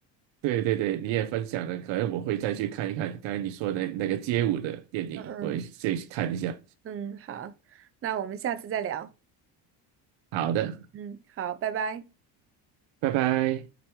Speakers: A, on the right; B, on the right.
A: 对对对，你也分享了，可能我会再去看一看刚才你说的那个街舞的电影，
B: 嗯嗯。
A: 我也再去看一下。
B: 嗯，好，那我们下次再聊。
A: 好的，
B: 嗯，好，拜拜。
A: 拜拜。